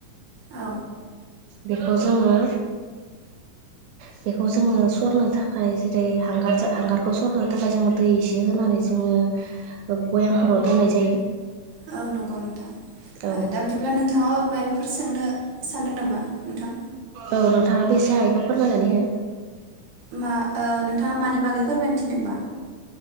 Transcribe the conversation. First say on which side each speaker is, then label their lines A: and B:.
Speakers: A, on the right (about 60°); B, on the right (about 80°).
A: औ
B: बेखौ जोङो बेखौ जोङो सरनो थाखाय जेरै हांगारजो हांगारखौ सरनो थाखाय जोङो दै एसे होनानै जोङो ओ भयामफोराव दोननाय जायो।
A: औ नंगौ नोंथां ओ
B: औ
A: दा बिदिब्ला नोंथाङाबो माय फोर सोंनो सानदों नामा नोंथां?
B: औ नोंथाङाबो एसे हायोबा फोरमायनानै हो।
A: मा ओ नोंथाङा मानि बागै फोरमायनो थिनदोंबा?